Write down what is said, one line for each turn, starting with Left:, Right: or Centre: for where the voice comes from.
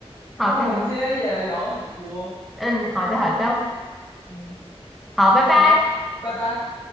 Left: 啊，
Centre: 好的，
Left: 那我们今天也聊了很多，
Centre: 好的。嗯，好的，好的，
Left: 嗯，
Centre: 好，拜拜。
Left: 行，拜拜。